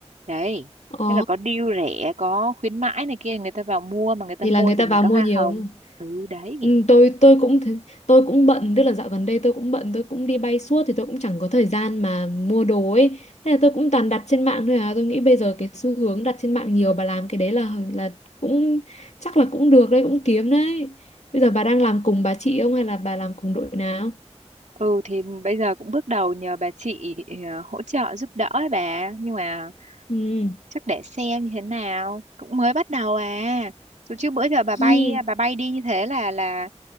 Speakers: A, on the right (about 85°); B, on the left (about 75°).
A: đấy
B: ờ
A: thế là có deal rẻ có khuyến mãi này kia người ta vào mua mà người ta
B: thì
A: mua
B: là người
A: thì
B: ta
A: mình
B: vào
A: có
B: mua
A: hoa
B: nhiều
A: hồng ừ đấy
B: Ừ, tôi tôi cũng thế- tôi cũng bận tức là dạo gần đây tôi cũng bận tôi cũng đi bay suốt thì tôi cũng chẳng có thời gian mà mua đồ ấy thế là tôi cũng toàn đặt trên mạng thôi à tôi nghĩ bây giờ cái xu hướng đặt trên mạng nhiều bà làm cái đấy là là cũng chắc là cũng được đấy cũng kiếm đấy bây giờ bà đang làm cùng bà chị không hay là bà làm cùng đội nào
A: ừ thì bây giờ cũng bước đầu nhờ bà chị ờ, hỗ trợ giúp đỡ ấy bà nhưng mà
B: ừ
A: chắc để xem như thế nào cũng mới bắt đầu à Rồi chứ bữa giờ bà bay
B: Hi.
A: bà bay đi như thế là là